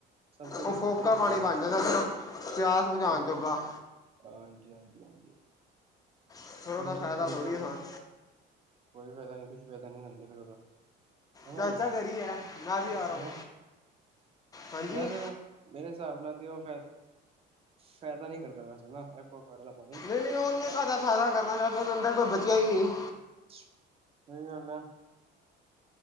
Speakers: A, on the right; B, on the left.
A: ਸਭ ਕੁਝ
B: ਉਹ ਫੋਕਾ
A: ਫਿਲਟਰ ਹੋ
B: ਪਾਣੀ
A: ਜਾਂਦੈ
B: ਬਣ ਜਾਂਦਾ ਸਿਰਫ ਪਿਆਸ ਬੁਝਾਉਣ
A: ਸੁੱਕ
B: ਜੋਗਾ
A: ਹਾਂਜੀ -ਹਾਂਜੀ- ਹਾਂਜੀ-
B: ਫਿਰ ਉਹਦਾ
A: ਕੋਈ
B: ਫਾਇਦਾ ਥੋੜੀ ਆਸਾਨ
A: ਫਾਇਦਾ ਨੀ ਕੁਛ ਫਾਇਦਾ ਨੀ ਸਾਨ ਤੇ ਫੇਰ ਉਹਦਾ- ਹਨਾ
B: ਚਾਚਾ
A: ਜੀ
B: ਘਰੀ ਐ ਮੈਂ ਅਭੀ ਆ ਰਹਾ
A: ਹਾਂ
B: ਹੂੰ ਹਾਂਜੀ-
A: ਵੈਸੇ ਮੇਰੇ ਹਿਸਾਬ ਨਾਲ ਤੇ ਉਹ ਫੇਰ ਫੈਦਾ ਨੀ ਕਰਦਾ ਵੈਸਾ ਐਕਵਾਗਾਰਡ ਆਲਾ ਪਾਣੀ-
B: ਅਤੇ ਨਹੀ ਉਹਨੇ ਕਾਦਾ ਫੈਦਾ ਕਰਨਾ ਜਦ ਓਹਦੇ ਅੰਦਰ ਕੁਛ ਬਚਿਆ ਹੀ ਨਹੀ-
A: ਸਹੀ ਗੱਲ ਐ